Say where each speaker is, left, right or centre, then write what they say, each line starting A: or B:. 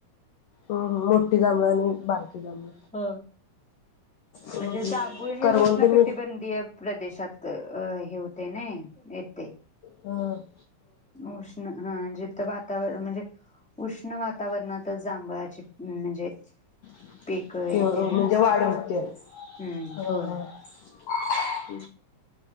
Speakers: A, on the left (about 75°); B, in the centre.
A: हम मोठी जांभळ आणि बारकी जांभळ
B: ह
A: हम्म
B: म्हणजे
A: हम्म
B: जांभूळ हे,
A: करवंद
B: उष्ण कटबंधीय
A: मी
B: प्रदेशात अ हे होते ना येते.
A: हं
B: उष्ण हा जिथं वातावर म्हणजे उष्ण वातावरणातच जांभळाची म्हणजे
A: <unintelligible>
B: पीक येते
A: म्हणजे
B: व्यवस्थित
A: वाढ व्हतीया.
B: हम्म
A: हा
B: होय
A: हा <inaudible>